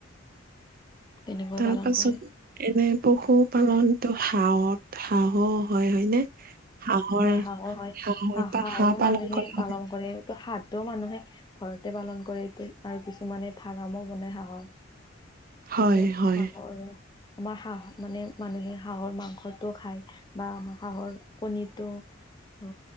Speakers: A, on the left; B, on the right.
A: তেনেকৈ
B: তাৰ
A: পালন
B: পাছত
A: কৰে
B: এনে। পশুপালনটো হাঁহত হাহ হয় হয়নে হাঁহৰ
A: হয় হাঁহো হয়
B: -হাঁহৰ পৰা
A: হাঁহো
B: হাঁহ পালন
A: মানুহে
B: কৰা
A: পালন
B: হয়
A: কৰে এইটো হাঁহটো মানুহে ঘৰতে পালন কৰে এইটো আৰু কিছুমানে ফাৰ্মো বনাই হাঁহৰ।
B: হয়,
A: সিটো
B: হয়,
A: হাঁহৰ আমাৰ হাঁহ মানে মানুহে হাঁহৰ মাংসতো খায় বা আমাৰ। হাঁহৰ কণীটো অ